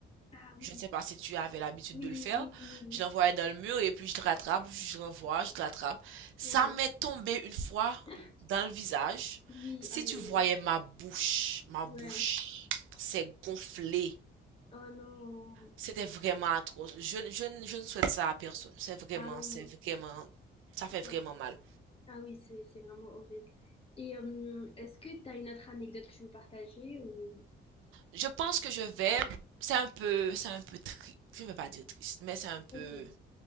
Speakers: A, on the left (about 30°); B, on the right (about 85°).
A: Ah oui,
B: Je ne sais pas si tu avais l'habitude
A: oui,
B: de le faire.
A: oui, oui, oui.
B: Je l'envoyais dans le mur et puis je te rattrape, je l'envoie, je te rattrape. Ça
A: Ouais.
B: m'est tombé une fois
A: <laughs>
B: dans le visage.
A: Oui,
B: Si
A: aïe,
B: tu
A: aïe,
B: voyais
A: aïe.
B: ma bouche, ma
A: Ouais.
B: bouche, c'est gonflé.
A: Oh non.
B: C'était vraiment atroce. Je, ne- je, ne- je ne souhaite ça à personne. C'est vraiment,
A: Ah oui.
B: c'est vraiment, ça fait vraiment
A: Non.
B: mal.
A: Ah oui, c'est c'est vraiment horrible. Et euh, est-ce que tu as une autre anecdote que tu veux partager ou...
B: je pense que je vais, c'est un peu, c'est un peu triste, je vais pas dire triste, mais c'est un peu,
A: Ok.